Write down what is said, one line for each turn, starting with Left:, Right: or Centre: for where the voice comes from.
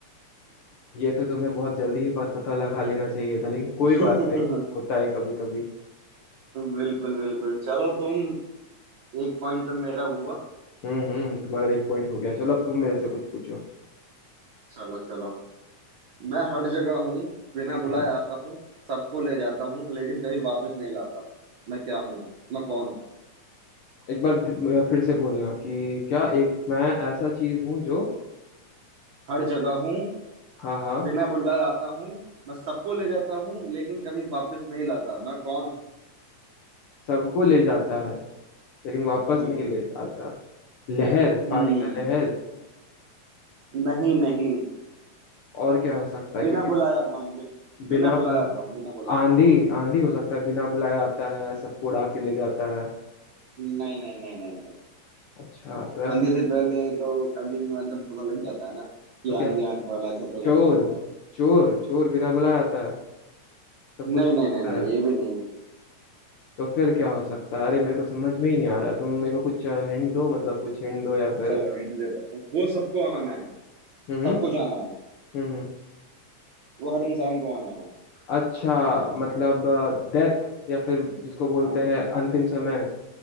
Left: ये तो तुम्हें बहुत जल्दी ही पत- पता लगा लेना चाहिए था लेकिन
Right: <laughs>
Left: कोई बात नहीं होता है कभी कभी
Right: बिल्कुल बिल्कुल चलो तुम एक पॉइंट तो मेरा हुआ
Left: हम्म हम्म तुम्हारा एक पॉइंट हो गया चलो अब तुम मेरे से कुछ पूछो
Right: चलो चलो मैं हर जगह हूँ बिना बुलाए
Left: हम्म
Right: आता हूँ सबको ले जाता हूँ लेकिन कभी वापस नहीं लाता मैं क्या हूँ मैं कौन हूँ
Left: एक बार ध- फिर से बोलना कि क्या एक मैं ऐसा चीज हूँ जो
Right: हर जगह हूँ
Left: हाँ हाँ
Right: बिना बुलाए आता हूँ मैं सबको ले जाता हूँ लेकिन कभी वापस नहीं लाता मैं कौन हूँ
Left: सबको ले जाता है लेकिन वापस
Right: हम्म
Left: नहीं ले जाता लहर
Right: हम्म
Left: पानी का लहर
Right: नहीं नहीं
Left: और क्या हो सकता है क्योंकि
Right: बिना बुलाए आता हूँ बि,
Left: बिना
Right: बिना बुलाए
Left: बुल
Right: आता हूँ बिना बुलाए
Left: आंधी आंधी हो सकता है बिना बुलाए आता है सबको उड़ा के ले जाता है
Right: नहीं नहीं नहीं नहीं नहीं
Left: अच्छा तो ऐसा
Right: आंधी
Left: क्या
Right: से पहले तो कभी भी मतलब पता लग जाता है ना कि
Left: तो क्या
Right: आंधी आने वाला है चलो
Left: चोर
Right: घर चलते हैं
Left: चोर चोर बिना बुलाए आता है सब
Right: नहीं
Left: कुछ ले
Right: नहीं
Left: जाता
Right: नहीं नहीं
Left: है
Right: ये भी नहीं
Left: तो फिर क्या हो सकता है अरे मेरे को समझ में ही नहीं आ रहा तुम मेरे को कुछ हिंट दो मतलब कुछ हिंट दो या फिर
Right: चलो
Left: ऐसा
Right: हिंट देता हूँ वो सबको आना है
Left: हम्म हम्म
Right: सबको जाना है
Left: हम्म, हम्म।
Right: वो हर इंसान को आना है
Left: अच्छा मतलब डेथ या फिर जिसको बोलते
Right: हाँ,
Left: हैं अंतिम समय